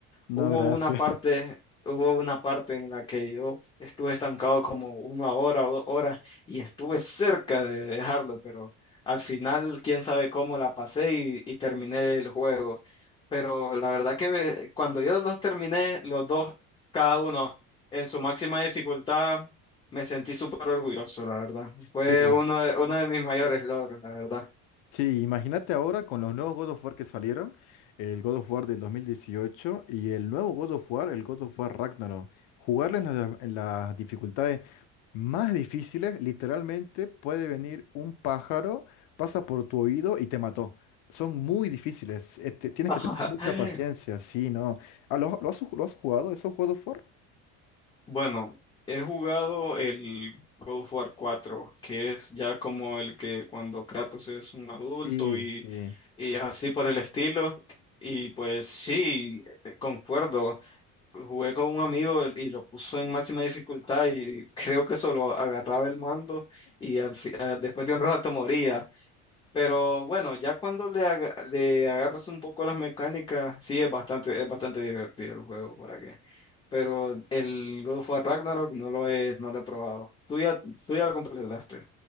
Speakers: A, on the left (about 80°); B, on the left (about 15°).
A: No,
B: Hubo
A: gracias.
B: una parte,
A: <laughs>
B: hubo una parte en la que yo estuve estancado como una hora o dos horas y estuve cerca de dejarlo, pero al final quién sabe cómo la pasé y, y terminé el juego. Pero la verdad que me- cuando yo los terminé, los dos, cada uno en su máxima dificultad, me sentí súper orgulloso, la verdad. Fue
A: Sí,
B: uno de, uno de mis mayores logros, la verdad.
A: sí, imagínate ahora con los nuevos God of War que salieron, el God of War del 2018 y el nuevo God of War, el God of War Ragnarok. Jugarlo en la- en las dificultades más difíciles, literalmente puede venir un pájaro, pasa por tu oído y te mató. Son muy difíciles, este, tienes
B: <laughs>
A: que tener mucha paciencia, sí, ¿no? Ah, ¿lo, lo has, lo has jugado esos God of War?
B: Bueno, he jugado el God of War 4, que es ya como el que cuando Kratos es un adulto
A: Sí,
B: y,
A: sí.
B: y así por el estilo. Y pues sí, eh, concuerdo. Jugué con un amigo y lo puso en máxima dificultad y creo que solo agarraba el mando y al fi- eh, después de un rato moría. Pero bueno, ya cuando le, aga- le agarras un poco las mecánicas, sí es bastante, es bastante divertido el juego, ¿para qué? pero el God of War Ragnarok no lo he, no lo he probado. Tú ya, tú ya lo completaste.